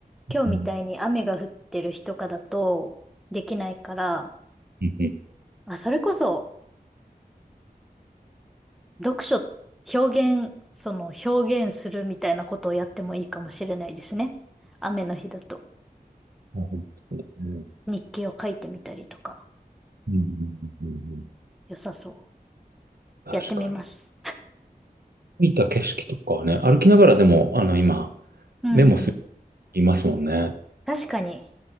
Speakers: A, in the centre; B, on the right.
A: 今日みたいに雨が降ってる日とかだと、
B: うん。
A: できないから、
B: うんうん
A: まあ、それこそ、読書、表現、その表現するみたいなことをやってもいいかもしれないですね。雨の日だと
B: なるほどですね。
A: 日記を書いてみたりとか、
B: うんうんうんうんうん
A: 良さそ
B: 確かに。
A: う。やってみます。
B: 見た景色とかはね、歩きながらでも、あの、今、
A: うんうん。
B: メモす、いますもんね。
A: 確かに、